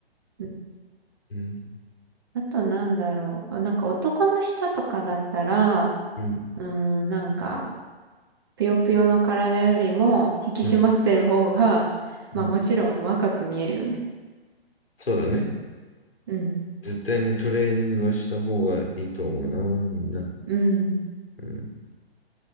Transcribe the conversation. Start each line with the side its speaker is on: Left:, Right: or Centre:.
Right: うん
Left: うん。
Right: あとなんだろう。あなんか男の人とかだったら、
Left: うん。
Right: うーん、なんか、ぷよぷよの体よりも引き締まってる方が、
Left: うん。うん
Right: まあもちろん若く見えるよね。
Left: そうだね。
Right: うん。
Left: 絶対にトレーニングはした方がいいと思うな、みんな。
Right: うん。
Left: うん。